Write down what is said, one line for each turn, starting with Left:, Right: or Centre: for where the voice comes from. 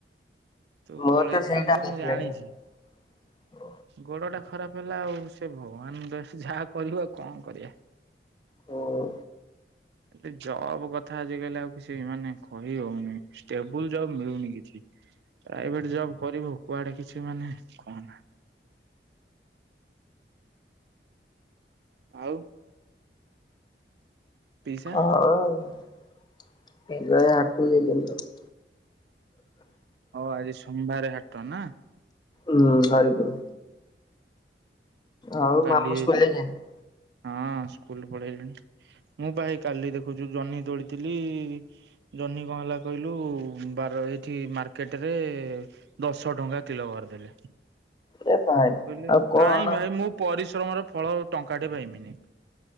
Right: ତୁ
Left: ମୋର
Right: ପଳେଇଥାନ୍ତୁ
Left: ତ ସେଇଟା <unintelligible>
Right: ମୁଁ ଜାଣିଛି। ଗୋଡ ଟା ଖରାପ ହେଲା ଆଉ ସେ ଭଗବାନ <unintelligible> ଯାହା କରିବ ଆଉ କଣ କରିବା।
Left: ହୁଁ।
Right: ଏ ଜବ୍ କଥା ଆଜିକାଲି ଆଉ କିଛି ମାନେ କହି ହଉନି ଷ୍ଟେବୁଲ୍ ଜଵ୍ ମିଳୁନି କିଛି। ପ୍ରାଇଭେଟ ଜବ୍ କରିବୁ କୁଆଡେ କିଛି ମାନେ କହନା। ଆଉ? ପିଇସା
Left: ହଁ <unintelligible>
Right: ହଉ ଆଜି ସୋମବାରେ ହାଟ ନା।
Left: ହୁଁ ହରିପୁରୁ। ଆଉ
Right: ମୁଁ କାଲି
Left: ମାମୁଁ ସ୍କୁଲ ଯାଇଚନ୍ତି?
Right: ହଁ ସ୍କୁଲ ପଳେଇଲେଣି। ମୁଁ ପା ହେଇ କାଲି ଦେଖୁଚୁ ଜହ୍ନି ତୋଳିଥିଲି ଜହ୍ନି କଣ ହେଲା କହିଲୁ ବାର ଏଇଠି ମାର୍କେଟରେ ଦଶ ଟଙ୍କା କିଲୋ କରିଦେଲେ।
Left: ଏ ଭାଇ
Right: ମୁଁ କହିଲି
Left: ଆଉ କଣ
Right: କାଇଁ ଭାଇ ମୁଁ ପରିଶ୍ରମର ଫଳ ଟଙ୍କା ଟେ ପାଇମିନେଇଁ।